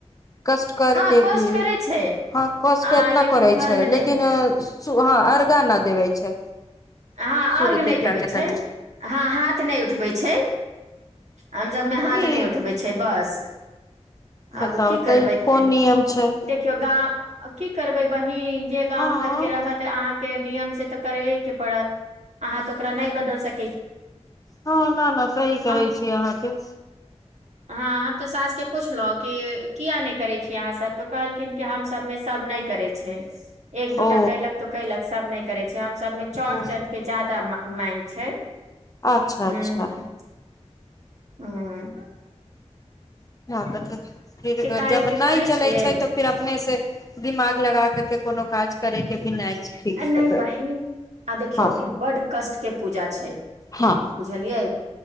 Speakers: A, on the left; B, on the right.
A: कष्ट करके
B: हँ कष्ट
A: भी
B: करै छै
A: हँ कष्ट
B: आ
A: एतना
B: लेकिन
A: करै
B: घर
A: छै
B: मे नहि
A: लेकिन
B: होइ छै
A: हँ अर्गा न देबे छै
B: हँ
A: सूर्य
B: अर्घ्य नहि
A: देवता
B: देबे
A: के
B: छै
A: तनि
B: हँ हाथ नहि उठबै छै हम सभमे हाथ
A: ई
B: नहि उठबै छै बस
A: बताउ
B: आब की करबै
A: तऽ ई कोन
B: देखियौ
A: नियम छै
B: गाँ आ की करबै बहिन जे गाम
A: हँ
B: घर के रहत अहाँ के नियम से तऽ करेबे के अहाँ तऽ ओकरा नहि बदल सक
A: हँ न न सही
B: हम
A: कहै छी अहाँके
B: हँ हम तऽ सास के पुछलहुं कि किया नहि करै छीिय अहाँ सब तऽ कहलखिन कि हम सभमे सब नहि करै छै एक दूटा
A: ओ
B: कलक तो कलक सब नहि करै छै हम सभमे चौट
A: ओ
B: च के जदाा मान छै
A: अच्छा
B: ह
A: अच्छा
B: हुँ
A: <unintelligible> फिर
B: कार्य
A: जब नहि
B: करै
A: चलै
B: छियै
A: छैय तऽ फिर अपने से दिमाग लगा कर के कोनो काज करे के भी नहि ठीक
B: नहि
A: छै
B: बहिन आ देखियौ
A: हँ
B: ई बड कष्ट के पूजा छैय
A: हँ
B: बुझलियै